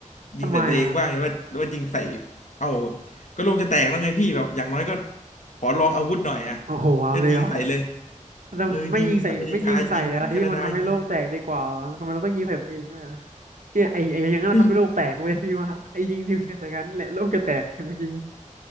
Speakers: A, on the left; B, on the right.
A: ยิงใส่ตัวเองบ้างหรือว่าหรือว่ายิงใส่
B: ทำไมอ่ะ
A: เอ้าก็โลกจะแตกแล้วไงพี่แบบอย่างน้อยก็ขอลองอาวุธหน่อยอะ
B: โอ้โหเอาเลยเหรอ
A: ก็ยิงใส่เลย
B: แต่ไม่ยิงใส่ไม่ยิงใส่อะไรที่มันทำให้โลกแตกดีกว่าทำไมเราต้องยิงใส่ตัวเองด้วยอะ
A: เออยิงอเมริกายิงแคนาดายิง
B: เนี่ยไอ้ไอ้อย่างนั้นนะทำให้โลกแตกเว้ย
A: พี่
B: <laughs> พี่ว่าไอ้ยิงนิวเคลียร์ใส่กันแหละโลกจะแตกจริงๆ